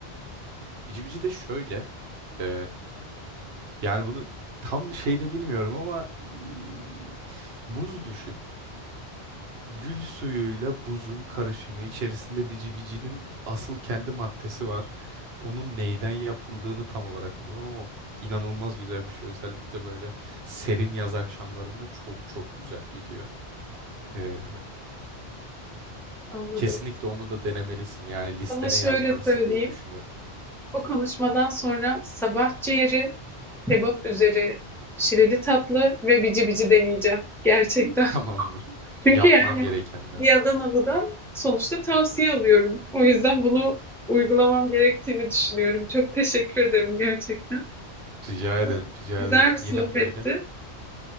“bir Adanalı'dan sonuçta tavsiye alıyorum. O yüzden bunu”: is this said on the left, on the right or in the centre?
Centre